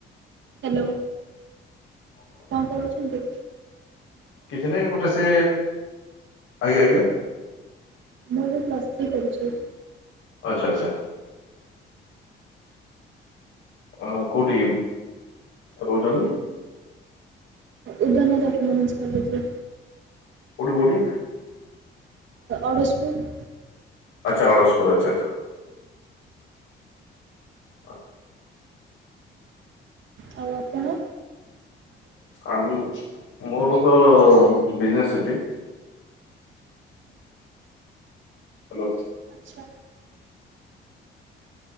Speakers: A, on the right; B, on the left.
A: ହ୍ୟାଲୋ କଣ କରୁଛନ୍ତି।
B: କିଛି ନାହିଁ ଗୋଟେ ସେ ଆଜ୍ଞା ଆଜ୍ଞା।
A: ମୁଁ ଏବେ ପ୍ଲସ୍ ଥ୍ରୀ କରୁଛି।
B: ଆଚ୍ଛା ଆଚ୍ଛା। ହଁ କୋଉଠି ରହୁଛନ୍ତି?
A: ଉଦାନ <unintelligible> କଲେଜ ରେ
B: କୋଉଠି କୋଉଠି?
A: ଅଡ୍ସପୁର୍।
B: ଆଚ୍ଛା ଅଡ଼ସପୁର୍ ଆଚ୍ଛା ଆଚ୍ଛା।
A: ଆଉ ଆପଣ।
B: ଆ ମୋର ତ ବିଜନେସ୍ ଅଛି। <inaudible> ହ୍ୟାଲୋ।
A: <inaudible> <unintelligible> ଆଜ୍ଞା